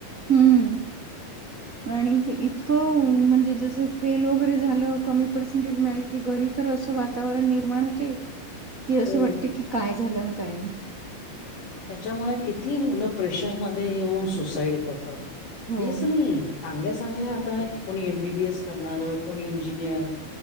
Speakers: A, on the right (about 25°); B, on the left (about 65°).
A: हम्मं आणि इतकं म्हणजे जसं. फेल वगैरें झालं कमी पर्सेंटेज मिळालं की घरी तरं असं वातांवरण निर्माण होते कि असं
B: हम्म.
A: वाटते की कायं झालं कायं नाहीं
B: त्यांच्यामुळे किती मुलं प्रेशरमध्ये येऊन सुसाईड करतात.
A: हो
B: तेचं नाहीं चांगल्या चांगल्या आंता कोणी एमबीबी एस करणारं कोणी इंजिनियर.